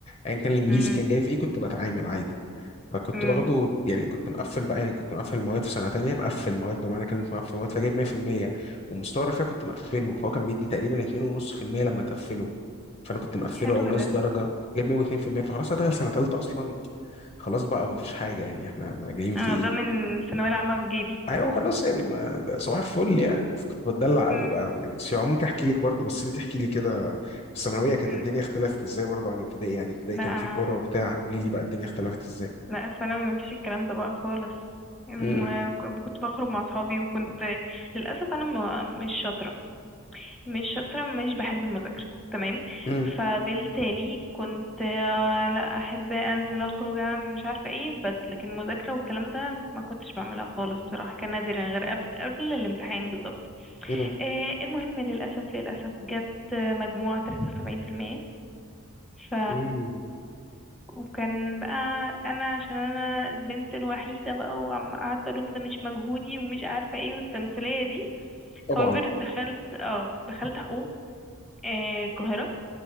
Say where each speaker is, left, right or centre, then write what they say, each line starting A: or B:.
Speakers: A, on the left; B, in the centre.
A: ايا كان الانجليزي
B: امم
A: كان جاي في ايه كنت بتعامل عادي فكنت
B: امم
A: واخده يعني كنت مقفل بقى يعني كنت مقفل المواد في سنه تانية مقفل مواد بمعنى كلمه مقفل مواد فجايب 100% ومستوى الرفيع كنت مقفله فهو كان بيدي تقريبا 2.5% لما تقفله فانا كنت مقفله
B: حلو
A: او ناقص
B: ده
A: درجه كنت جايب 102% فخلاص هدخل سنه تالتة اصلا خلاص بقى ومفيش حاجه يعني احنا ما جايين في
B: انا
A: ايه.
B: ده من الثانويه العامه في جيبي
A: ايوه خلاص يعني ما ده صباح الفل يعني كنت بتدلع قوي
B: امم
A: بقى قوي يعني سيوة ممكن احكي لك برضو بس انت احكي لي كده في الثانويه كانت
B: امم
A: الدنيا اختلفت ازاي برضو عن ابتدائي يعني ابتدائي
B: لا
A: كان في
B: انا
A: كوره وبتاع قولي لي بقى الدنيا اختلفت ازاي
B: لا ثانوي ما فيش الكلام ده بقى خالص الم-
A: امم
B: كنت بخرج مع اصحابي وكنت للاسف انا ما مش شاطره مش شاطره مش بحب المذاكره تمام
A: امم
B: فبالتالي كنت آه، لا احب انزل اخرج اعمل مش عارفه ايه بس لكن المذاكره والكلام ده ما كنتش بعملها خالص بصراحه كان نادرا غير قبل قبل الامتحان بالظبط
A: امم
B: آه، المهم للأسف للأسف جبت آه، مجموعة تلاتة وسبعين في المية ف
A: أمم.
B: وكان بقى أنا عشان أنا البنت الوحيدة بقى وعم قعدت أقولهم ده مش مجهودي ومش عارفة ايه والتمثيلية دي
A: طبعا
B: however دخلت اه دخلت حقوق آه، القاهرة